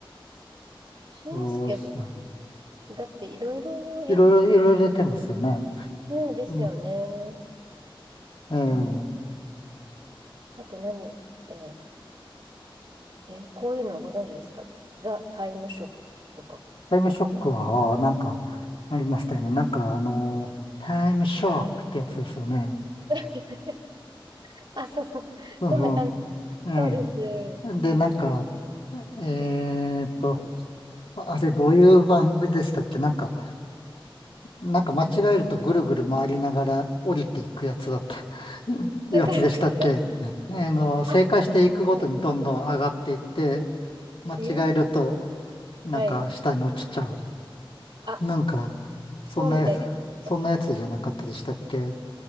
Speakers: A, on the right; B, on the left.
A: 俊介さん、
B: そうそう。
A: だっていろいろや、
B: いろいろ、いろいろ出てますよね。
A: ねえ、ですよね。
B: うん、え
A: うん。
B: え
A: あと何えーえーこういうのご存知ですかザ・タイムショックとか。
B: タイムショックは、ああなんか、ありましたよね。なんか、あの、タイムショックってやつですよね。
A: <laughs> あ、そうそう。
B: そうそ
A: そんな感じ。
B: う。え
A: そうです。
B: えで、
A: うん。
B: なんか、えーっと、あれどういう番組でしたっけなんか、なんか間違えるとぐるぐる回りながら降りていくやつだった、<laughs> やつでしたっけうんあの、
A: あ、ぐるぐる。
B: 正解していくごとにどんどん上がっていって、
A: あ、は
B: 間違えると、
A: い。えー
B: なんか下に落ちちゃう。
A: はい。あ、
B: なんか、そんなやつ、
A: そうみたいです。
B: そんなやつじゃなかったでしたっけ